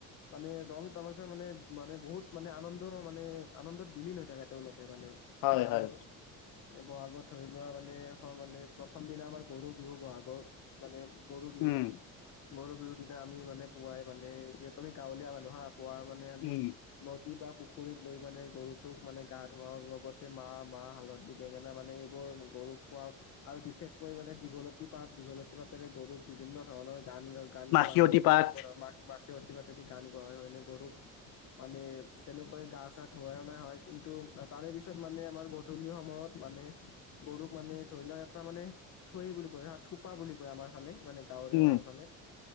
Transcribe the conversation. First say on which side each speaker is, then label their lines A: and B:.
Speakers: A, on the left; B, on the left.
A: মানে ৰং তামাচা মানে, মানে বহুত মানে আনন্দৰ মানে আনন্দত বিলীন হৈ থাকে তেওঁলোকে মানে।
B: হয়
A: বা
B: হয়
A: আমিও এ ব'হাগত ধৰি লোৱা মানে এখন মানে প্ৰথম দিনা আমাৰ গৰু বিহু, ব'হাগৰ মানে গৰু বিহু।
B: উম
A: গৰু বিহু দিনা আমি মানে পুৱাই মানে যিহেতু আমি গাঁৱলীয়া মানুহ হা, পুৱা মানে আমি
B: উম
A: নদী বা পুখুৰীত লৈ মানে গৰুটোক মানে গা ধুৱাওঁ, লগতে মাহ, মাহ, হালধি বেঙেনা মানে এইবোৰ গৰুক খোৱাওঁ। আৰু বিশেষকৈ মানে, দীঘলতি পাত দীঘলতী পাতেৰে গৰুক বিভিন্ন ধৰণৰ গান গ গান
B: মাখিয়তী
A: গোৱা হয় সেই
B: পাঠ
A: গান <unintelligible> মা-মাখিয়তী পাতেদি গান গোৱা হয়, হয়নে গৰুক মানে, তেনেকৈ গা চা ধুৱাই অনা হয়, কিন্তু তাৰে পিছত মানে আমাৰ বহুত গূধলি সময়ত মানে গৰুক মানে ধৰি লোৱা তাৰ মানে থৈ বুলি কয় হা, থোপা বুলি কয় আমাৰ ফালে মানে গাঁৱৰীয়া
B: উম,
A: মানুহ ফালে।